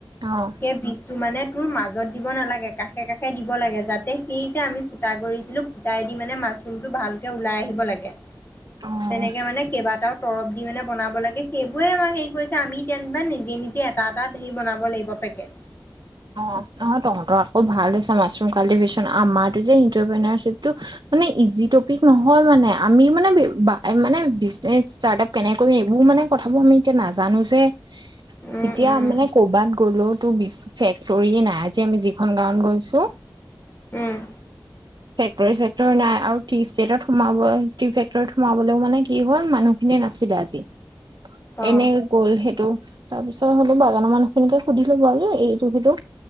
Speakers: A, on the right; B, on the left.
A: অ',
B: সেই বীজটো মানে ত মাজত দিব নালাগে কাষে কাষে দিব লাগে যাতে সেই যে আমি ফুটা কৰিছিলো ফুটাই দি মানে মাজ ভালকে ওলাই আহিব লাগে
A: অ',
B: তেনেকে মানে কেইবাটাও তৰব দি মানে বনাব লাগে সেইবোৰে আমাৰ হেৰি কৰিছে আমি তেনমান নিজে নিজে এটা এটা হেৰি বনাব লাগিব তাকে
A: অ অ তহঁতৰ আকৌ ভাল হৈছে মাছৰুম কাল্টিভেশ্যন আমাৰো যে ইটাৰপ্ৰ্বটো মানে ইজি টপিক নহয় মানে আমি মানে মানে বিজনেচ ষ্টাৰ আপ কেনে কৰিম এইবোৰ মানে কথাবোৰ আমি এতিয়া নাজানো যে
B: উম
A: এতিয়া
B: উম
A: মানে কৰ'বাত গ'লো তো ফেক ষ্টৰি নাই আজি আমি যিখন গাঁৱত গৈছো
B: উম
A: ফেক্টৰী চেক্টৰী নাই আৰু টি ষ্টেটত সোমাব টি ফেক্টৰীত সোমাবলেও মানে কি হ'ল মানুহখিনি না চিৰাজি
B: অ
A: এনে গ'ল সেইটো তাৰ পিছত হলো বাগানৰ মানুহখিনিকে সুধিলো বাও আৰু এইটো সেইটো